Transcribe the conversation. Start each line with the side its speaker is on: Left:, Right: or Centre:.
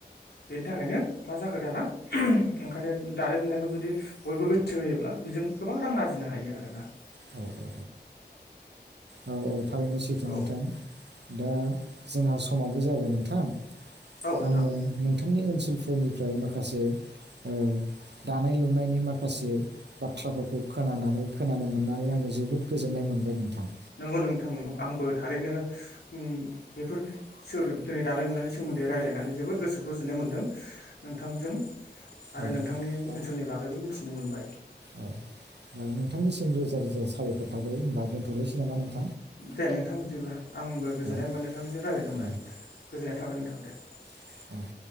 Left: बेनि थाखायनो मा जाखो दाना ओंखायनो दानाय लुनायखौ जुदि बयबो गोसो होयोब्ला बेजों गोबां रां आरजिनो हायो आरोना ।
Right: औ औ औ औ औ थारैनो सैथो
Left: औ
Right: नोंथां दा जोंहा समाबो जाबाय नोंथां
Left: औ नोंथां
Right: आङो नोंथांनि ओनसोल फोरनिफ्राय माखासे ओ दानाय लुनायनि माखासे बाथ्राफोरखौ खोनानानै खोनानै आङो जोबोद गोजोन्नाय मोनबाय नोंथां ।
Left: नंगौ नोंथां नगौ आंबो थारैनो ओम बेफोर सोर दानाय लुनायनि सोमोन्दै दै रायज्लायनानै जोबोद गोसो गोजोननाय मोन्दों नोंथांजों। आरो
Right: औ
Left: नोंथांनि
Right: औ
Left: ओनसोलनि बागैबो मिथिनो मोनबाय ।
Right: औ औ नोंथांनिसिम रोजा रोजा साबायखर थाबाय होनबा दोनथ'लसै नामा नोंथा ।
Left: दे नोंथां । बिदिब्ला आंबो गोजोननाय
Right: औ
Left: होमबा नोंथांनिजों रायज्लायनो
Right: औ
Left: मोननाय गोजोननाय थाबाय नोंथां दे ।
Right: औ ।